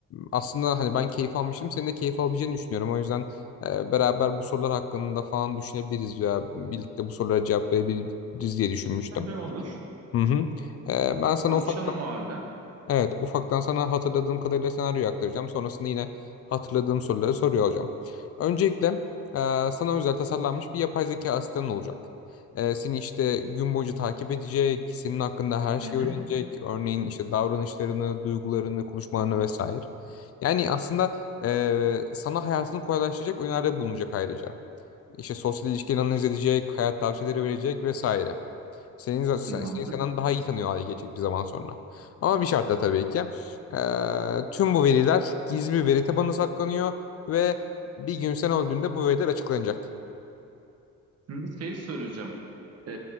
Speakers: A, on the left; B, on the right.
A: aslında hani ben keyif almıştım. Senin de keyif alabileceğini düşünüyorum. O yüzden e, beraber bu sorular hakkında falan düşünebiliriz veya birlikte bu sorulara cevap verebiliriz diye düşünmüştüm.
B: Tabii olur.
A: Hı hı. E, ben sana
B: Konuşalım
A: ufak
B: o halde.
A: Evet, ufaktan sana hatırladığım kadarıyla senaryoyu aktaracağım. Sonrasında yine hatırladığım soruları soruyor olacağım. Öncelikle e, sana özel tasarlanmış bir yapay zeka asistanın olacak. E, seni işte gün boyunca takip edecek, senin hakkında her
B: Hı
A: şeyi
B: hı.
A: öğrenecek. Örneğin işte davranışlarını, duygularını, konuşmalarını vesaire. Yani aslında e, sana hayatını kolaylaştıracak öneride bulunacak ayrıca. İşte sosyal ilişkileri analiz edecek, hayat tavsiyeleri verecek vesaire. Senin, za- sen-
B: Tamamdır.
A: seni senden daha iyi tanıyor hale gelecek bir zaman sonra. Ama bir şartla tabii ki. Ee, tüm bu veriler gizli bir veri tabanına saklanıyor ve bir gün sen öldüğünde bu veriler açıklanacak.
B: Şimdi şeyi soracağım. Ee,